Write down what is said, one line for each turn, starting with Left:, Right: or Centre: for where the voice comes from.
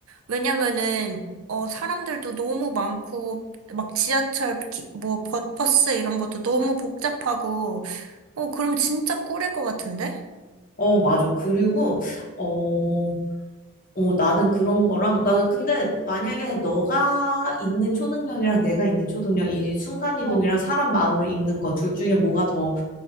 Right: 왜냐면은, 어, 사람들도 너무 많고, 막 지하철, 기- 뭐, 버- 버스 이런 것도 너무 복잡하고, 어, 그럼 진짜 꿀일 것 같은데?
Left: 어, 맞아. 그리고, 어, 어, 나는 그런 거랑, 나는 근데 만약에 너가 있는 초능력이랑 내가 있는 초능력, 이 순간이동이랑
Right: 어,
Left: 사람 마음을 읽는 거 둘 중에 뭐가 더